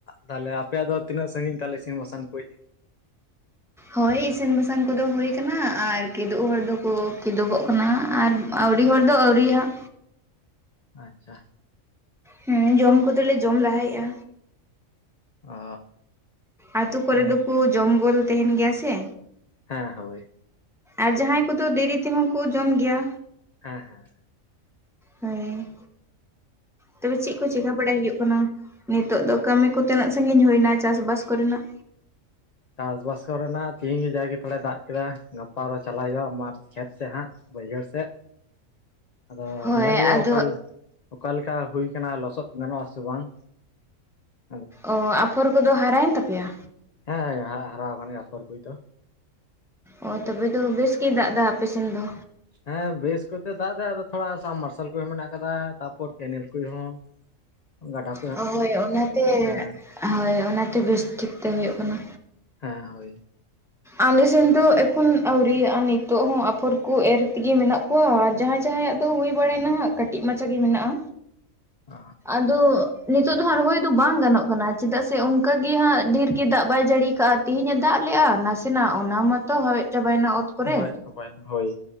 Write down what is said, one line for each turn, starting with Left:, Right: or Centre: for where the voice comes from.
Left: ᱛᱟᱦᱞᱮ ᱟᱯᱮᱭᱟᱜ ᱫᱚ ᱛᱤᱱᱟᱹᱜ ᱥᱟᱺᱜᱤᱧ ᱛᱟᱞᱮ ᱤᱥᱤᱱ ᱵᱟᱥᱟᱝ ᱠᱚᱡ
Centre: ᱦᱳᱭ ᱤᱥᱤᱱ ᱵᱟᱥᱟᱝ ᱠᱚᱫᱚ ᱦᱩᱭ ᱟᱠᱟᱱᱟ ᱟᱨ ᱠᱤᱫᱩᱵ ᱦᱚᱲ ᱫᱚᱠᱚ ᱠᱤᱫᱩᱵᱚᱜ ᱠᱟᱱᱟ ᱟᱨ ᱟᱹᱣᱨᱤ ᱦᱚᱲ ᱫᱚ ᱟᱹᱣᱨᱤᱦᱟᱜ
Left: ᱟᱪᱪᱷᱟ
Centre: ᱦᱮᱸ ᱡᱚᱢ ᱠᱚᱫᱚᱞᱮ ᱡᱚᱢ ᱞᱟᱦᱟᱭᱮᱜᱼᱟ᱾
Left: ᱚ
Centre: ᱟᱹᱛᱩ ᱠᱚᱨᱮ
Left: ᱦᱮᱸ
Centre: ᱫᱩᱠᱩ ᱡᱚᱢ ᱜᱚᱞ ᱛᱮᱦᱮᱸᱱ ᱜᱮᱭᱟ ᱥᱮ᱾
Left: ᱦᱮᱸ ᱦᱳᱭ᱾
Centre: ᱟᱨ ᱡᱟᱦᱟᱸᱭ ᱠᱚᱫᱚ ᱫᱮᱨᱤ ᱛᱮᱦᱚᱸ ᱠᱚ ᱡᱚᱢ ᱜᱮᱭᱟ᱾
Left: ᱦᱮᱸ ᱦᱮᱸ᱾
Centre: ᱦᱳᱭ᱾ ᱛᱚᱵᱮ ᱪᱤᱫ ᱠᱚ ᱪᱮᱠᱟ ᱵᱟᱲᱟᱭ ᱦᱩᱭᱩᱜ ᱠᱟᱱᱟ ᱱᱤᱛᱚᱜ ᱫᱚ ᱠᱟᱹᱢᱤ ᱠᱚ ᱛᱤᱱᱟᱹᱜ ᱥᱟᱹᱜᱤᱧ ᱦᱩᱭᱱᱟ ᱪᱟᱥᱵᱟᱥ ᱠᱚᱨᱮᱱᱟᱜ?
Left: ᱪᱟᱥᱵᱟᱥ ᱠᱚᱨᱮᱱᱟᱜ ᱛᱤᱦᱤᱧ ᱜᱤ ᱡᱟᱜᱤ ᱛᱷᱚᱲᱟᱭ ᱫᱟᱜ ᱠᱮᱫᱟ ᱜᱟᱯᱟ ᱫᱚ ᱪᱟᱞᱟᱜ ᱦᱩᱭᱩᱜᱼᱟ ᱢᱟᱴ ᱠᱷᱮᱛ ᱥᱮᱫ ᱦᱟᱸᱜ᱾ ᱵᱟᱹᱭᱦᱟᱹᱲ ᱥᱮᱫ ᱟᱫᱚ
Centre: ᱦᱳᱭ
Left: ᱧᱮᱞ ᱦᱩᱭᱩᱜᱼᱟ
Centre: ᱟᱫᱚ
Left: ᱚᱠᱟᱞ ᱚᱠᱟᱞᱮᱠᱟ ᱦᱩᱭ ᱠᱟᱱᱟ ᱞᱚᱥᱚᱫ ᱜᱟᱱᱚᱜ ᱟᱥᱮ ᱵᱟᱝ ᱟᱫᱚ
Centre: ᱚ ᱟᱯᱷᱚᱨ ᱠᱚᱫᱚ ᱦᱟᱨᱟᱭᱮᱱ ᱛᱟᱯᱮᱭᱟ?
Left: ᱦᱮᱸ ᱦᱟᱨᱟ ᱟᱠᱟᱱ ᱜᱮᱭᱟ ᱟᱯᱚᱨ ᱠᱚ ᱫᱚ
Centre: ᱚ ᱛᱚᱵᱮ ᱫᱚ ᱵᱮᱥ ᱜᱮ ᱫᱟᱜ ᱮᱫᱟ ᱟᱯᱮᱥᱮᱱ ᱫᱚ
Left: ᱦᱮᱸ ᱵᱮᱥ ᱠᱚᱛᱮ ᱫᱟᱜ ᱮ ᱟᱫᱚ ᱛᱷᱚᱲᱟ ᱥᱟᱵᱢᱟᱨᱥᱟᱞ ᱠᱚᱦ ᱢᱮᱱᱟᱜ ᱟᱠᱟᱫᱟ ᱛᱟᱯᱚᱨ ᱠᱮᱱᱮᱞ ᱠᱚ ᱦᱚᱸ <unintelligible> ᱜᱟᱰᱟ
Centre: ᱦᱳᱭ ᱚᱱᱟᱛᱮ
Left: ᱦᱮᱸ
Centre: ᱦᱳᱭ ᱚᱱᱟᱛᱮ ᱵᱮᱥ ᱴᱷᱤᱠ ᱛᱮ ᱦᱩᱭᱩᱜ ᱠᱟᱱᱟ᱾
Left: ᱦᱮᱸ ᱦᱳᱭ᱾
Centre: ᱟᱞᱮ ᱥᱮᱱ ᱫᱚ ᱮᱠᱷᱚᱱ ᱟᱹᱣᱨᱤᱭᱟᱜᱼᱟ ᱱᱤᱛᱚᱜ ᱦᱚᱸ ᱟᱯᱷᱚᱨ ᱠᱚ ᱮᱨ ᱛᱤᱜᱤ ᱢᱮᱱᱟᱜ ᱠᱚᱣᱟ ᱟᱨ ᱡᱟᱦᱟᱸᱭ ᱡᱟᱦᱟᱸᱭᱟᱜ ᱫᱚ ᱦᱩᱭ ᱵᱟᱲᱟᱭᱮᱱᱟ ᱦᱟᱜ ᱠᱟᱹᱴᱤᱡ ᱢᱟᱪᱟ ᱜᱮ ᱢᱤᱱᱟᱜᱼᱟ᱾
Left: <unintelligible> ᱚ᱾
Centre: ᱟᱫᱚ ᱱᱤᱛᱚᱜ ᱫᱚ ᱦᱟᱸᱜ ᱨᱚᱦᱚᱭ ᱫᱚ ᱵᱟᱝ ᱜᱟᱱᱚᱜ ᱠᱟᱱᱟ ᱪᱮᱫᱟᱜ ᱥᱮ ᱚᱱᱠᱟ ᱜᱮ ᱦᱟᱸᱜ ᱰᱷᱮᱨ ᱜᱤ ᱫᱟᱜ ᱵᱟᱭ ᱡᱟᱹᱲᱤᱭ ᱠᱟᱜᱼᱟ᱾ ᱛᱤᱦᱤᱧᱮ ᱫᱟᱜ ᱞᱮᱫᱼᱟ ᱱᱟᱥᱮᱱᱟᱜ ᱚᱱᱟ ᱢᱟᱛᱚ ᱦᱟᱣᱮᱜ ᱪᱟᱵᱟᱭᱮᱱᱟ ᱚᱛ᱾ ᱠᱚᱨᱮ
Left: ᱦᱟᱣᱮᱫ ᱪᱟᱵᱟᱭᱮᱱᱟ ᱦᱳᱭ᱾